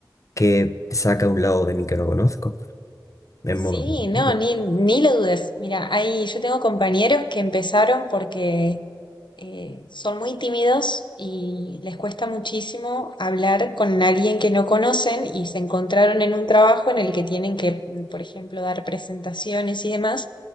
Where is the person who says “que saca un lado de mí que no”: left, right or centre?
Left